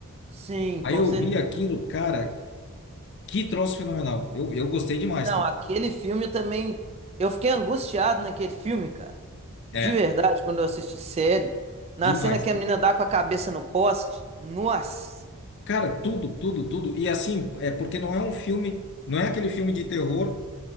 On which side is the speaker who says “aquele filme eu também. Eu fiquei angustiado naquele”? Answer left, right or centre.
Right